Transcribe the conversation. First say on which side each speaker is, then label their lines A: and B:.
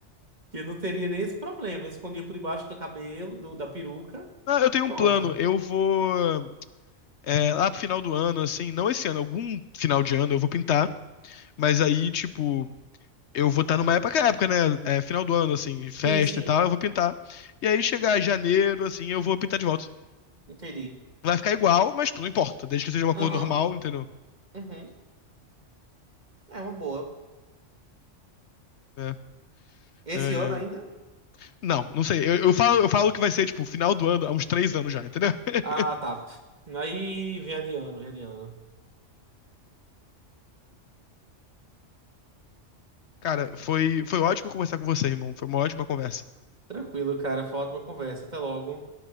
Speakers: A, on the right (about 35°); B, on the left (about 70°).
A: que eu não teria nem esse problema. Eu Escondia por debaixo do cabelo, do- da peruca.
B: Não, eu tenho
A: Pronto.
B: um plano. Eu vou. é, lá pro final do ano, assim, não esse ano, algum final de ano eu vou pintar. Mas aí, tipo, eu vou estar numa época, época, né? É, final do ano, assim, festa
A: Sim, sim,
B: e tal, eu vou pintar. E aí chegar janeiro, assim, eu vou pintar de volta.
A: entendi.
B: Vai ficar igual, mas pô, não importa, desde que seja uma
A: Aham,
B: cor normal, entendeu?
A: uhum, É uma boa.
B: É,
A: Esse
B: é, é.
A: ano ainda?
B: Não, não sei. Eu, eu falo, eu falo que vai ser, tipo, final do ano, há uns três anos já, entendeu? <laughs>
A: Ah, tá. Aí vem adiando, vem adiando.
B: Cara, foi, foi ótimo conversar com você, irmão. Foi uma ótima conversa.
A: Tranquilo, cara. Foi uma ótima conversa. Até logo.